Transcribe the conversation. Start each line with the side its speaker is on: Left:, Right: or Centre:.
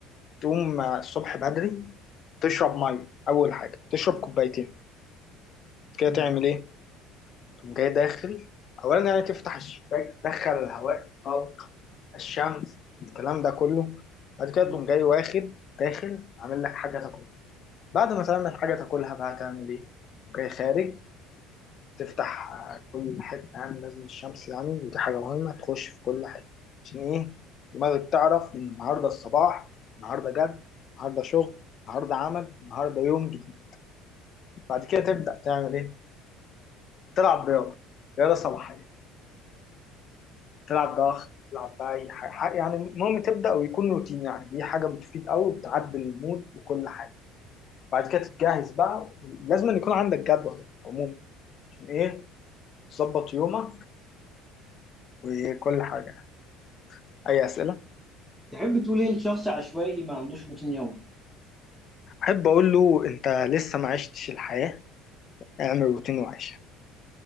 Left: تقوم الصبح بدري تشرب مية أول حاجة تشرب كوبايتين كده
Centre: مم.
Left: تعمل إيه؟ تقوم جاي داخل اولا يعني تفتح الشباك تدخل الهواء طلق الشمس الكلام ده كله بعد كده
Centre: مم.
Left: تقوم جاي واخد داخل عامل لك حاجه تاكلها بعد ما تعمل حاجه تاكلها بقى تعمل ايه تقوم جاي خارج تفتح آه، كل حته يعني لازم الشمس يعني ودي حاجه مهمه تخش في كل حته عشان ايه دماغك تعرف ان النهارده الصباح النهارده جد النهارده شغل النهارده عمل النهارده يوم جديد بعد كده تبدا تعمل ايه تلعب رياضه رياضه صباحيه تلعب ضغط تلعب بقى اي حاجه حاجة- يعني المهم تبدا ويكون روتين يعني دي حاجه بتفيد قوي وبتعدل المود وكل حاجه بعد كده تتجهز بقى لازم أن يكون عندك جدول عموما عشان ايه تظبط يومك وكل حاجه يعني. اي اسئله
Centre: تحب تقول إيه لشخص عشوائي ما عندوش روتين يومي
Left: احب اقول له انت لسه ما عشتش الحياه اعمل روتين وعيشها